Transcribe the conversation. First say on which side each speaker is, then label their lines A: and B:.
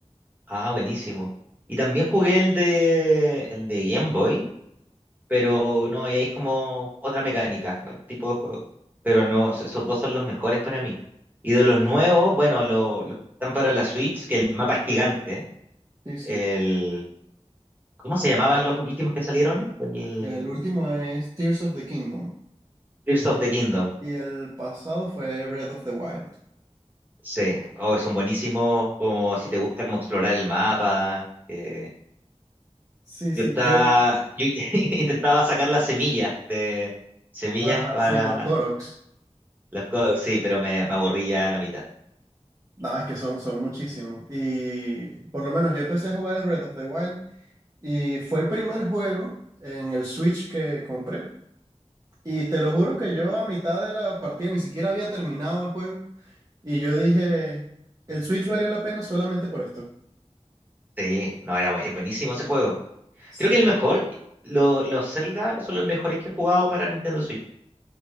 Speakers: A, on the right (about 15°); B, on the right (about 30°).
A: Ah, buenísimo. Y también jugué el de, el de Game Boy, pero no, ahí es como otra mecánica, otro tipo de juego. Pero no, es- esos dos son los mejores para mí. Y de los nuevos, bueno, lo- los que están para la Switch, que el mapa es gigante. ¿eh?
B: Sí, sí.
A: El, ¿cómo se llamaban los últimos que salieron? El
B: El último es Tears of the Kingdom
A: Tears of the Kingdom.
B: y el pasado fue Breath of the Wild.
A: Sí, oh, son buenísimos, como si te gusta como explorar el mapa. eh,
B: Sí,
A: Yo
B: sí,
A: estaba,
B: yo.
A: yo <laughs> intentaba sacar las semillas de semillas
B: Ajá,
A: para
B: sí, los Koroks.
A: los codos, sí, pero me, me aburrí ya a la mitad.
B: No, es que son, son muchísimos. Y por lo menos yo empecé a jugar el Breath of the Wild y fue el primer juego en el Switch que compré. Y te lo juro que yo a mitad de la partida ni siquiera había terminado el juego. Y yo dije, el Switch valió la pena solamente por esto.
A: Sí, no, era bu- buenísimo ese juego.
B: Sí.
A: Creo que el mejor, lo- los Zelda son los mejores que he jugado para Nintendo Switch.